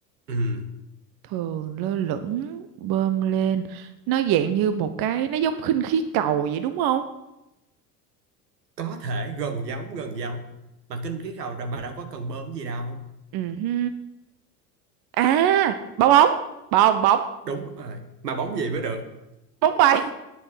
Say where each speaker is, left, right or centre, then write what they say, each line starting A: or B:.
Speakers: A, on the right (about 80°); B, on the right (about 50°).
A: Ừ.
B: thường lơ lửng bơm lên nó dạng như một cái nó giống khinh khí cầu vậy đúng không
A: có thể gần giống gần giống mà kinh cái cầu đó mà đâu có cần bơm gì đâu
B: ừ hư. à bong bóng bong bóng
A: đúng rồi mà bóng gì mới được
B: bóng bay